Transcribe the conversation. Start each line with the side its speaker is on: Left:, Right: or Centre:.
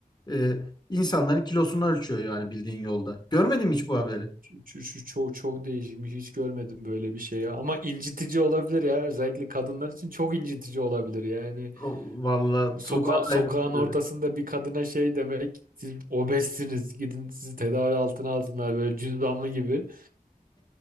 Left: Ee, insanların kilosunu ölçüyor yani bildiğin yolda. Görmedin mi hiç bu haberi?
Right: Şu, şu çok çok değişikmiş. Hiç görmedim böyle bir şey ya. Ama incitici olabilir ya. Özellikle kadınlar için çok incitici olabilir. Yani
Left: O, vallahi
Right: soka
Left: Tuğba da
Right: sokağın
Left: aynısını
Right: ortasında
Left: dedi.
Right: bir kadına şey demek. Siz obezsiniz. Gidin sizi tedavi altına alsınlar böyle cüzdanlı gibi.